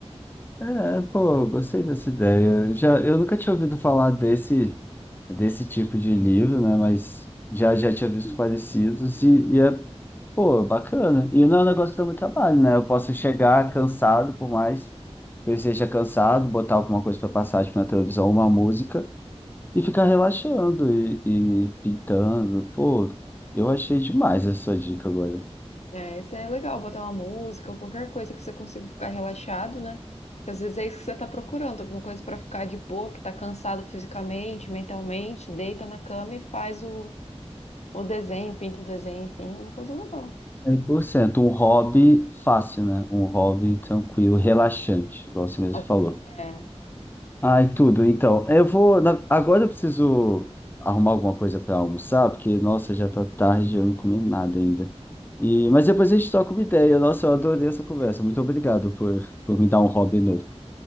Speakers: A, on the left; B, on the left.
A: É, pô, eu gostei dessa ideia. Eu Já, eu nunca tinha ouvido falar desse, desse tipo de livro, né? Mas já, já tinha visto parecidos e, e é Pô, bacana. E não é um negócio que dá muito trabalho, né? Eu posso chegar cansado, por mais que eu esteja cansado, botar alguma coisa para passar, tipo, na televisão, uma música, e ficar relaxando e, e pintando. Pô, eu achei demais essa dica agora.
B: É, isso é legal, botar uma música ou qualquer coisa que você consiga ficar relaxado, né? Porque às vezes é isso que você está procurando, alguma coisa para ficar de boa, que tá cansado fisicamente, mentalmente, deita na cama e faz o, o desenho, pinta o desenho, enfim, é uma coisa legal.
A: É 100% Um hobby fácil, né? Um hobby tranquilo, relaxante, igual você mesmo
B: Assim,
A: falou.
B: é,
A: Ai, tudo. Então, eu vou. na- Agora eu preciso arrumar alguma coisa para almoçar, porque, nossa, já tá tarde, eu não comi nada ainda. E... Mas depois a gente troca uma ideia. Nossa, eu adorei essa conversa. Muito obrigado por, por me dar um hobby novo.